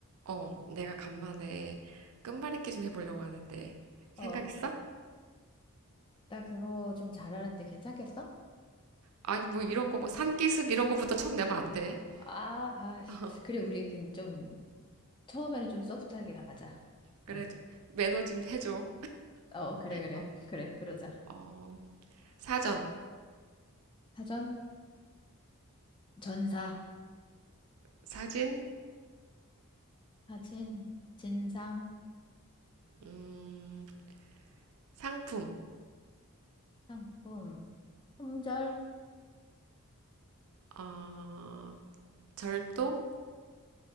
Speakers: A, on the right; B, on the left.
A: 어, 내가 간만에 끝말잇기 좀 해보려고 하는데 생각
B: 어,
A: 있어?
B: 나 그거 좀 잘하는데 괜찮겠어?
A: 아니 뭐 이런 거 뭐 산기슭 이런 거부터 처음 내면 안 돼.
B: 아, 아,
A: <laughs> 어,
B: 그래, 우리 그 좀, 처음에는 좀 소프트하게 가자.
A: 그래도
B: 그래.
A: 매너 좀 해줘.
B: 어, 그래, 그래.
A: 어,
B: 그래, 그러자.
A: 어, 사전,
B: 사전, 전사,
A: 사진,
B: 사진, 진상,
A: 음, 상품,
B: 상품, 품절.
A: 어, 절도?